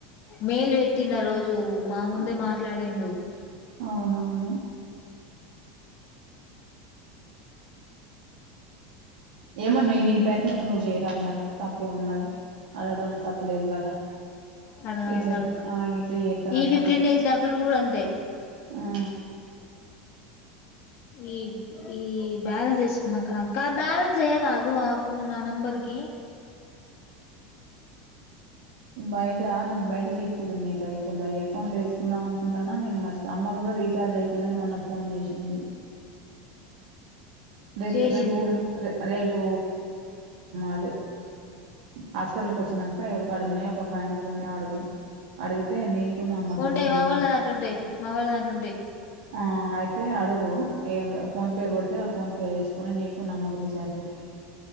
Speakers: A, on the left (about 50°); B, on the right (about 65°).
A: మేల్వట్టిన రోజు మా ముందే
B: అదే
A: మాట్లాడిడు
B: అవునవును ఏమన్నా్వు నీ ప్రయత్నం అయితే నువ్వు చేయరాదు మరి తప్పే ఉన్నది అడగడంలో తప్పు లేదు కదా
A: అడగనైతే
B: ఇట్లే
A: అడుగుతా
B: ఆ ఇట్లే ఏత నా
A: ఈ ఫిఫ్టీన్
B: సాల
A: డేస్ డబ్బులు కూడా అంతే
B: ఆ
A: ఈ ఈ బ్యాలెన్స్ వేసుకున్నాక బ్యాలెన్స్ అయ్యదా అదు ఆ ఫోన్ ఆ నంబర్ కి అ
B: బయట నాకు బయట లిక్డు ఉంది పైసలు ఈ అకౌంట్ లో వేసుకుందాం అనుకుంటాన్నా నేను మ అమ్మ కూడా రీచార్జ్ అయిపోయిందని మొన్న ఫోన్ చేసింది రేపు
A: చేసింది
B: రేపు
A: నాకు
B: రే రేపు అదే హాస్పిటల్కి వచ్చాక ఎవరి కాడు ఉన్నాయయి ఒక ఫైవ్ హండ్రెడ్ ఉన్నాయి అడుగు అడిగితే నీకున్నా అమ్మకి
A: ఉంటాయి
B: ఇద్దరికి
A: మా వాళ్ళ దాంట్లో ఉంటాయి మా వాళ్ళ దాంట్లో ఉంటాయి
B: ఆ అయితే అడుగు ఏ ఫోన్పే కొడితే ఫోన్పే వేసుకుొని నీకు నమ్మక రీచార్జ్ చెద్దా